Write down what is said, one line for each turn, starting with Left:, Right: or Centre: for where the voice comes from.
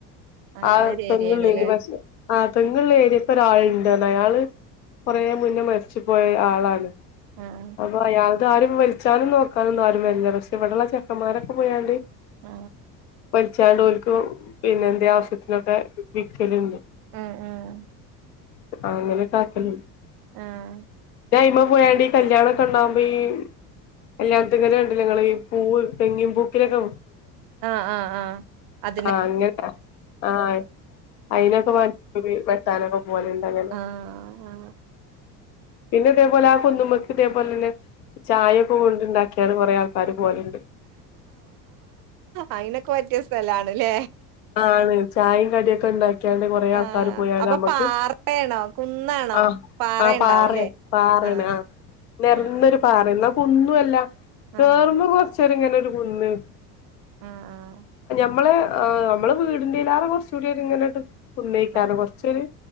Right: അങ്ങനെ
Left: ആ
Right: ഒരു
Left: തെങ്ങ്ള്ളയ്ന്
Right: ഏരിയയാണല്ലേ
Left: പക്ഷേ അ തെങ്ങ് ഇള്ള ഏരിയത്തെ ഒരാള്ണ്ട് അയാള് കൊറെ മുന്നേ മരിച്ചു പോയ ആളാണ്
Right: ആഹ്
Left: അപ്പോ അയാൾ ഇതാരും വലിച്ചാനും നോക്കാനൊന്നും ആരും വരില്ല പക്ഷെ ഇവിടുള്ള ചെക്കന്മാരൊക്കെ പോയാണ്ട്
Right: ആ
Left: വലിച്ചാണ്ട് ഓൽക്ക് <unintelligible> പിന്നെന്തേ ആവശ്യത്തിനൊക്കെ വിക്കല്ണ്ട്
Right: ഉം ഉം
Left: അങ്ങനേക്കെ ആക്കല്ണ്ട്
Right: ആഹ്
Left: ഞാ അയ്മെ പോയാണ്ട് ഈ കല്യാണൊക്കെ ഇണ്ടാവുമ്പോ ഈ കല്യാണത്ത്ങ്ങല് കണ്ട്ലേ ഇങ്ങള് പൂവ് തെങ്ങിൻപൂക്കിലൊക്കെ
Right: ആ ആ ആ അത്‌
Left: ആ അങ്ങന ആ അയിനൊക്കെ വാ <unintelligible> വെട്ടാനൊക്കെ പോവല്ണ്ട് അങ്ങനെ
Right: ആ ആ
Left: പിന്നെ ഇതേപോലെ ആ കുന്നുമ്മക്ക് ഇതേപോലെന്നെ ചായൊക്കെ കൊണ്ടുണ്ടാക്കിയാണ് കൊറെ ആൾക്കാര് പോവല്
Right: അയിനൊക്കെ പറ്റിയ സ്ഥലാണ് ലേ
Left: ആണ് ചായയും കടിയൊക്കെ ഉണ്ടാക്കിയാണ്ട് കൊറെ ആൾക്കാര്
Right: ആഹ്
Left: പോയാല്
Right: അപ്പൊ
Left: നമ്മക്ക്
Right: പാറയാണോ കുന്നാണോ
Left: ആ
Right: പാറയുണ്ടാവൂല്ലേ
Left: ആ പാറേ പാറേണ്
Right: ആഹ്
Left: ആ നെരന്നൊരു
Right: ആഹ്
Left: പാറേ ഒന്നും അല്ല കേറുമ്പോ
Right: ആഹ്
Left: കൊച്ചേരങ്ങനൊരു കുന്ന്
Right: ആഹ് ആഹ്
Left: മ്മള് ആ നമ്മള് വീടിന്റെയ്ലാരെ കുറച്ച്കൂടി ഒര് ഇങ്ങനെ <unintelligible> കുന്നേക്കാ
Right: ആഹ്
Left: <unintelligible> കൊറച്ച് ഒരു